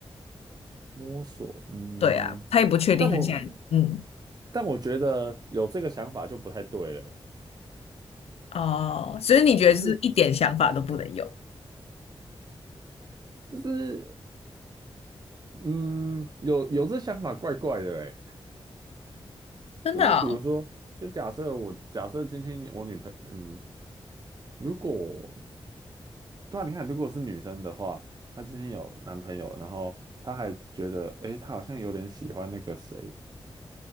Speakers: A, on the right; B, on the left.
A: 摸索，嗯，
B: 对啊，他也不确定他现在嗯
A: 但我但我觉得有这个想法就不太对了，
B: 哦，所以你觉得就是一点想法都不能有，
A: 就是就是嗯，有有这想法怪怪的哎，
B: 真的哦
A: 就是比如说，就假设我假设今天我女朋嗯，如果对啊，你看，如果是女生的话，她今天有男朋友，然后她还觉得，诶，她好像有点喜欢那个谁。